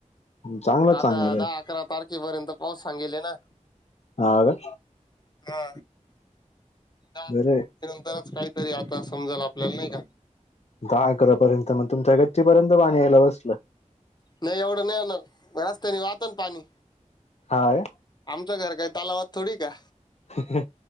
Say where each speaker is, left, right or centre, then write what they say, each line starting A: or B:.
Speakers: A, on the left; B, on the left.
A: चांगलंच
B: आता
A: सांगेल
B: दहा अकरा तारखेपर्यंत पाऊस सांगेल ना
A: हा का
B: हा दहा अकरा
A: बरे
B: तारखे नंतरच काहीतरी आता समजाल आपल्याला नाही का
A: दहा अकरापर्यंत मग तुमच्या गच्चीपर्यंत पाणी यायला बसलं
B: नाही एवढं नाही ना रस्त्याने वाहत ना पाणी
A: हा का?
B: तु घर काय तालावद थोडी का
A: ह, ह